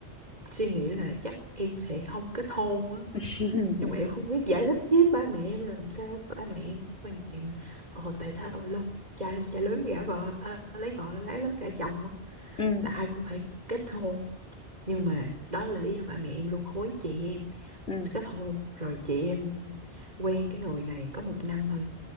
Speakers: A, on the right (about 40°); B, on the left (about 80°).
A: suy nghĩ là chắc em sẽ không kết hôn á
B: <laughs>
A: nhưng mà em không biết giải thích với ba mẹ em làm sao ba mẹ em có quan niệm là ờ tại sao lớn cha cha lớn gả vợ à, lấy vợ là gái lớn gả chồng á
B: ừ
A: là ai cũng phải kết hôn nhưng mà đó là lý do ba mẹ em luôn hối chị em
B: ừ
A: kết hôn rồi chị em quen cái người này có một năm thôi